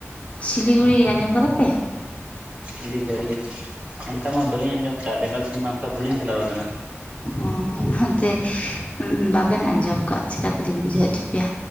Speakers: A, on the left (about 25°); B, on the right (about 25°).
A: ᱥᱤᱞᱤᱜᱩᱲᱤ ᱟᱸᱡᱚᱢ ᱠᱟᱫᱟ ᱯᱮ
B: ᱤᱫᱤ ᱠᱚ <inaudible> ᱾ ᱚᱱᱠᱟ ᱢᱟ ᱵᱟᱹᱞᱤᱧ ᱟᱸᱡᱚᱢ ᱠᱟᱜᱼᱟ ᱵᱮᱝᱜᱚᱞ ᱥᱮᱱᱢᱟ ᱚᱱᱠᱟ ᱵᱟᱹᱞᱤᱧ ᱪᱟᱞᱟᱣ ᱠᱟᱱᱟ ᱾ <inaudible>
A: ᱚ ᱦᱟᱱᱛᱮ ᱵᱟᱵᱮᱱ ᱟᱸᱡᱚᱢ ᱠᱟᱜ ᱪᱮᱠᱟ ᱛᱮᱞᱤᱧ ᱵᱩᱡᱷᱟᱹᱣ ᱦᱚᱪᱚ ᱯᱮᱭᱟ᱾